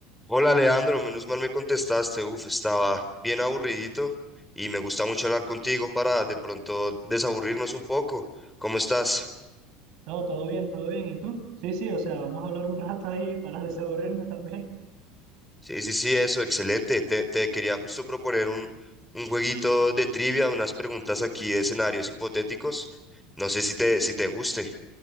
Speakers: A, in the centre; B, on the right.
A: Hola Leandro, menos mal me contestaste. Uf, estaba bien aburridito y me gusta mucho hablar contigo para de pronto desaburrirnos un poco. ¿Cómo estás?
B: No, todo bien, todo bien. ¿Y tú? Sí, sí, o sea, vamos a hablar un rato ahí para <laughs> desaburrirnos también.
A: Sí, sí, sí, eso, excelente. Te, te quería justo proponer un, un jueguito de trivia, unas preguntas aquí de escenarios hipotéticos. No sé si te, si te guste.